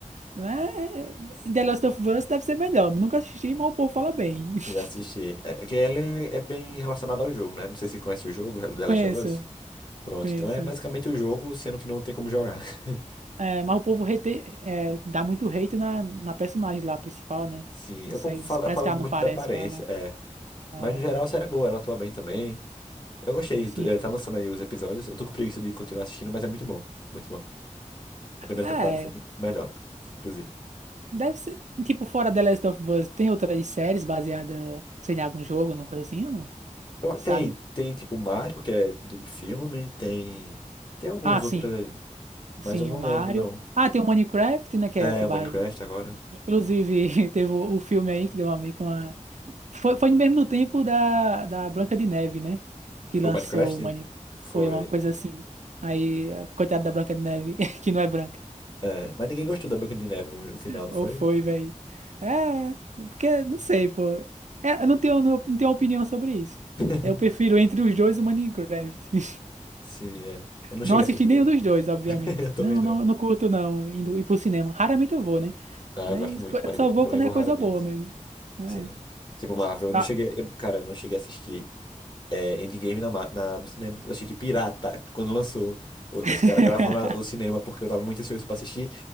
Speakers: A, on the right (about 65°); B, on the left (about 35°).
A: Mas The Last of Us deve ser melhor. Nunca assisti, mas o povo fala bem. <laughs>
B: já assisti. É é que ele é, é bem relacionado ao jogo, né? Não sei se conhece o jogo, The
A: Conheço,
B: Last of Us. Pronto,
A: conheço.
B: então é basicamente o jogo, sendo que não tem como jogar. <laughs>
A: É, mas o povo hate, é, dá muito hate na, na personagem lá, principal, né?
B: Sim,
A: Não
B: eu
A: sei,
B: pouco falo,
A: parece
B: eu falo
A: que ela
B: muito
A: não parece
B: da aparência,
A: com ela.
B: é.
A: É,
B: Mas no geral a série é boa, ela atua bem também. Eu gostei,
A: sim.
B: tu- eh, tá lançando aí os episódios. Eu tô com preguiça de continuar assistindo, mas é muito bom. Muito bom. A primeira
A: É,
B: temporada foi muito melhor, inclusive.
A: deve ser, tipo, fora The Last of Us, tem outras séries baseadas, sei lá, em algum jogo, alguma coisa assim, não?
B: Eu-
A: Sabe?
B: Tem, tem tipo Mario, que é do filme, tem. Tem alguns
A: Ah, sim,
B: outros aí. Mas
A: sim,
B: eu não
A: o Mario.
B: lembro, não.
A: Ah, tem o Minecraft, né, que é,
B: É,
A: que é
B: o
A: base...
B: Minecraft agora.
A: Inclusive, <laughs> teve o, o filme aí que deu uma, meio que uma Foi, foi no mesmo tempo da, da Branca de Neve, né? Que lançou
B: O Minecraft
A: o Mani...
B: foi.
A: Foi uma coisa assim. Aí, a coitada da Branca de Neve, <laughs> que não é branca.
B: É, mas ninguém gostou da Branca de Neve no final, não
A: Ou
B: foi?
A: foi, velho. É, porque não sei, pô. É, eu não tenho, não, não tenho opinião sobre isso.
B: <laughs>
A: Eu prefiro entre os dois o Minecraft. <laughs>
B: Sim, é. Eu não
A: Não
B: cheguei
A: assisti
B: a assistir
A: nenhum
B: ainda.
A: dos dois, obviamente.
B: <laughs> Eu também
A: Não,
B: não.
A: não, não curto, não, indo ir pro cinema. Raramente eu vou, né?
B: Ah,
A: Mas
B: eu gosto muito,
A: co- eu
B: mas
A: só
B: eu
A: vou
B: também
A: quando
B: vou
A: é
B: raramente.
A: coisa boa mesmo. É.
B: Sim. Tipo, Marvel, eu não
A: Ah.
B: cheguei. eu- cara, eu não cheguei a assistir é, Endgame na, ma- na- no cinema. Eu assisti Pirata, quando lançou. o-
A: <laughs>
B: Os caras gravando a- o cinema, porque eu tava muito ansioso pra assistir.